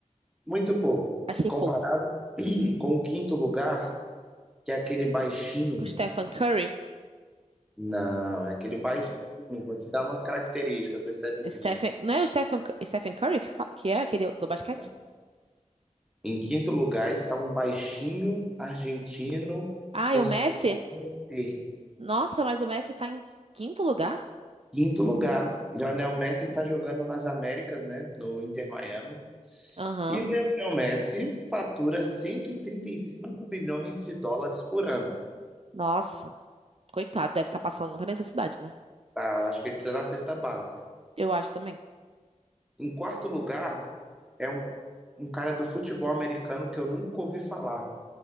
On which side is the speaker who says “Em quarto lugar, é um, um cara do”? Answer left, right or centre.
Centre